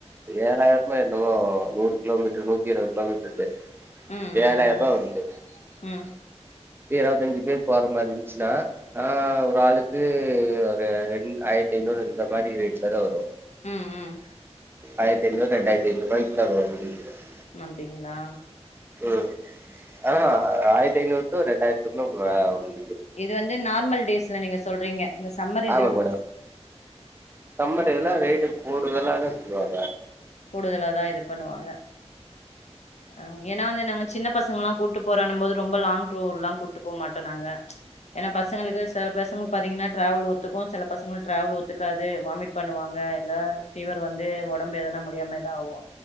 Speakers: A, on the right (about 20°); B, on the left (about 75°).
A: ஏழாயிரமோ என்னமோ நூறு கிலோமீட்ரு நூத்திருவது கிலோமீட்ருக்கு
B: ம் ம்
A: ஏழாயிரூவா வருது
B: ம்
A: இரவத்தஞ்சி பேர் போற மாரிஞ்ச்சுன்னா ஆஹ் ஒரு ஆளுக்கு ஒரு ரெண் ஆயிரத்தி ஐநூறு இந்த மாரி ரேட்ல தா வரு
B: ம் ம்
A: ஆய்ரத்தி ஐநூறு ரெண்டாயிரத்தி ஐநூறுவாய்க் <unintelligible>
B: அப்டிங்ளா
A: உம் ஆஹ்ஹ ஆய்ரத்தி ஐநூறு டூ ரெண்டாயித் துகுல்ல ஒங்க வேல மு
B: இது வந்து நார்மல் டேஸ்ல நீங்க சொல்றீங்க இந்த சம்மர் இதுல
A: ஆமா மேடம் சம்பட்லா ரேட்டு கூடுதுல்லத செய்வாங்க
B: கூடுதலாதா இது பண்ணுவாங்க அஹ் ஏன்னா வந்து சின்ன பசங்கல்லா கூட்டு போறன்னு போது ரொம்ப லாங் டூர்லா கூட்டு போமாட்ட நாங்க ஏன்னா பசங்களுக்கு சில பேசங்களு பாத்தீங்கன்னா டிராவல் ஒத்துக்கு சில பசங்களு டிராவல் ஒத்துக்காது வாமிட் பண்ணுவாங்க இல்ல ஃபீவர் வந்து ஒடம்பு எதனா முடி டியாம தா ஆவு